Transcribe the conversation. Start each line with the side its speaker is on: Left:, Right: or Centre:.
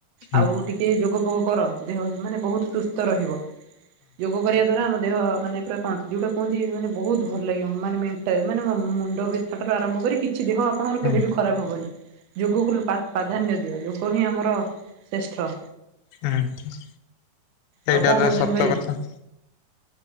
Left: ହଁ
Right: ଆଉ ଟିକେ ଯୋଗ ଫୋଗ କର, ଦେହ ମାନେ ବହୁତ ସୁସ୍ଥ ରହିବ। ଯୋଗ କରିବା ଦ୍ଵାରା ଆମ ଦେହ, ମାନେ ପୁରା କଣ ଯଉଟା କୁହନ୍ତି ମାନେ ବହୁତ ଭଲ ଲାଗିବ, ମାନେ ମେଣ୍ଟ ମାନେ ମୁଣ୍ଡ ତାଠାରୁ ଆରମ୍ଭ କରି, କିଛି ଦେହ ଆପଣଙ୍କର
Left: ହଁ।
Right: କେବେ
Left: ହୁଁ
Right: ବିି ଖରାପ ହବନି, ଯୋଗକୁ ପ୍ରାଧାନ୍ୟ ଦିଅ, ଯୋଗ ହିଁ ଆମର ଶ୍ରେଷ୍ଠ।
Left: ହୁଁ ହୁଁ
Right: ଆଉ
Left: ଏଇଟା
Right: କଣ କହୁଛନ୍ତି
Left: ବା ସତ
Right: ଭାଇ
Left: କଥା।